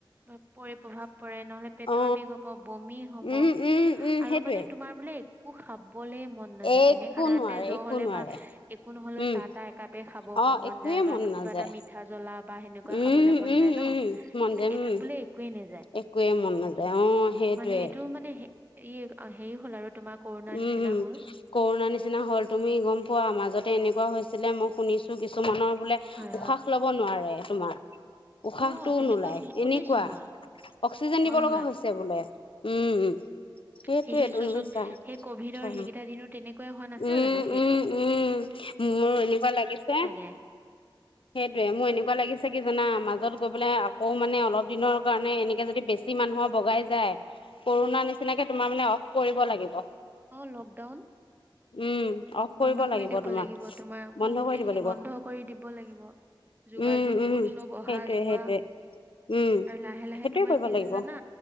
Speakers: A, on the right (about 20°); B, on the left (about 80°).
A: বাপ <unintelligible> পৰি প্ৰভাৱ পৰে নহলে পেটৰ
B: অ
A: বিষ হব, বমি হব,
B: উম উম উম
A: আৰু
B: সেইটোৱে
A: মানে তোমাৰ বোলে। একো খাবলে মন নাযায়
B: একো
A: এনে সাধাৰণ
B: নোৱাৰে
A: তে জ্ব
B: একো
A: হলে
B: নোৱাৰে
A: বা একো নহলে
B: উম
A: চাহ তাহ একাপেই খাব
B: অ
A: মন
B: একোৱে
A: যায় বা কিবা
B: নাযায়
A: এটা মিঠা জ্বলা। বা সেনেকুৱা
B: উম
A: খাবলে মন
B: উম
A: যায় ন?
B: উম মন
A: কিন্তু
B: যায়
A: এইটোত
B: উম
A: বোলে একোৱেই নাই।
B: একোৱে মন নাযায় অ সেইটোৱে
A: মানে এইটো মানে এই হেৰি হ'ল আৰু তোমাৰ কৰোণাৰ নিচিনা
B: উম উম
A: হ'ল
B: কৰোণাৰ নিচিনা হল তুমি গম পোৱা মাজতে এনেকুৱা হৈছিলে মই শুনিছো কিছুমানৰ বোলে উশাহ
A: হয় হয়
B: লব নোৱাৰে তোমাৰ উশাহটোও
A: অ', তেনেকুৱা
B: নোলায়
A: শুন- শুনিছো
B: এনেকুৱা
A: মই
B: অক্সিজেন দিব
A: হয়
B: লগা
A: হয়
B: হৈছে বোলে উম সেইটোয়েই
A: সেই সেই
B: ত
A: চোৱাচোন
B: বৈছা
A: সেই কভিডৰ
B: অ
A: সেইকেইটা দিনো তেনেকুৱাই হোৱা নাছিল
B: উম,
A: জানো সেইটোত।
B: উম, উম, মোৰ এনেকুৱা লাগিছে
A: উ <unintelligible>
B: সেইটোয়ে মোৰ এনেকুৱা লাগিছে কি জানা। মাজত গৈ পেলাই আকৌ মানে অলপ দিনৰ কাৰণে এনেকে যদি বেছি মানুহ বগাই জাই কোৰোণা। নিচিনাকে তোমাৰ মানে অফ কৰিব লাগিব।
A: অঁ লকডাউন
B: উম অফ কৰিব
A: বন্ধ কৰি দিব
B: তোমাৰ
A: লাগিব তোমাৰ
B: বন্ধ
A: অ গোটেইখিনি
B: কৰি দিব লাগিব
A: বন্ধ কৰি দিব লাগিব। যোগাযোগ
B: উম, উম,
A: বোৰ চব অহা
B: সেইটোয়ে
A: যোৱা
B: সেইটোয়ে উম,
A: আৰু লাহে লাহে
B: সেইটোয়ে
A: তোমাৰ
B: কৰিব
A: কি হৈছে
B: লাগিব
A: জানা